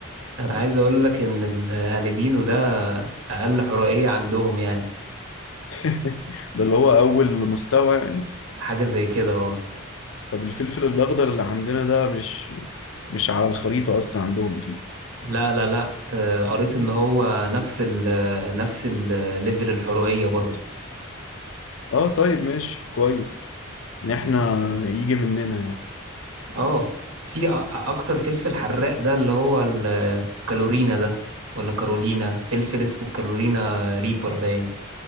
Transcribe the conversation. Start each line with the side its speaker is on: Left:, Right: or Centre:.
Right: أنا عايز أقول لك إن الهاليبينو ده أقل حرقية عندهم يعني
Left: <laughs> ده اللي هو أول مستوى يعني
Right: حاجة زي كده أه
Left: طب الفلفل الأخضر اللي عندنا ده مش مش على الخريطة أصلا عندهم أكيد
Right: لا لا لا آه، قريت إن هو نفس ال نفس الليفل الحرقية برضو
Left: اه طيب ماشي كويس إن إحنا يجي مننا يعني.
Right: أه في أ- أكتر فلفل حراق ده اللي هو الكالورينا ده ولا كارولينا فلفل اسمه كارولينا ريبر باين